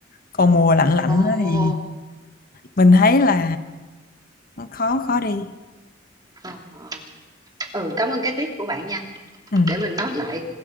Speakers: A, on the left; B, on the right.
A: còn mùa lạnh lạnh
B: Ồ,
A: á thì mình thấy là nó khó khó đi
B: ờ, ờ. ừ, cảm ơn cái tip của bạn nha.
A: ừ.
B: Để mình note lại